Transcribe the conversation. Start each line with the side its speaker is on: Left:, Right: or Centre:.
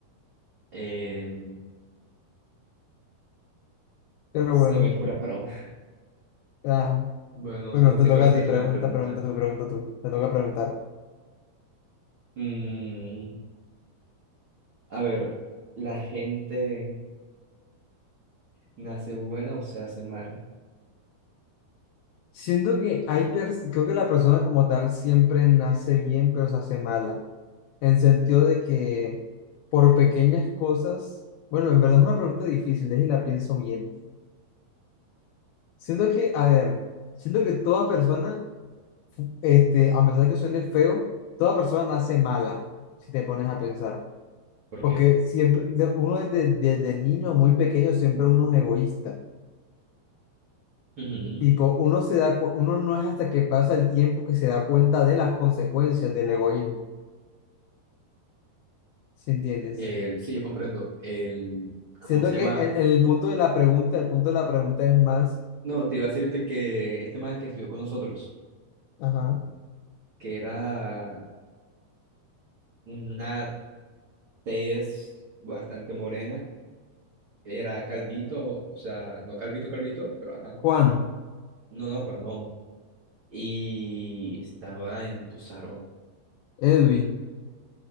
Right: em,
Left: pero
Right: se
Left: bueno,
Right: me fuera paloma. <laughs>
Left: ah,
Right: Bueno,
Left: bueno,
Right: supongo
Left: te
Right: que
Left: toca
Right: te voy a hacerte
Left: a ti, pregunta,
Right: una pregunta.
Left: pregunta tú, pregunta tú, te toca preguntar.
Right: Mm, a ver, ¿la gente nace buena o se hace mala?
Left: Siento que hay, pers- creo que la persona como tal siempre nace bien, pero se hace mala. en sentido de que por pequeñas cosas, bueno, en verdad es una pregunta difícil, y la pienso bien. Siento que, a ver, siento que toda persona, este, a pesar de que suene feo, toda persona nace mala, si te pones a pensar.
Right: ¿Por
Left: Porque
Right: qué?
Left: siempre, de- uno desde, desde niño, muy pequeño, siempre uno es egoísta.
Right: Ujú.
Left: Tipo, uno se da, cu- uno no es hasta que pasa el tiempo que se da cuenta de las consecuencias del egoísmo, ¿sí entiendes?
Right: El- sí, yo comprendo. El, ¿cómo
Left: Siento
Right: se llama?
Left: que en, en el punto de la pregunta, el punto de la pregunta es más
Right: No, te iba a decirte que este man que estudió con nosotros,
Left: Ajá.
Right: que era una tez bastante morena, era calvito, o sea, no calvito, calvito, pero ajá,
Left: Juan,
Right: no, no, Juan, no. Y estaba en tu salón.
Left: Edwin,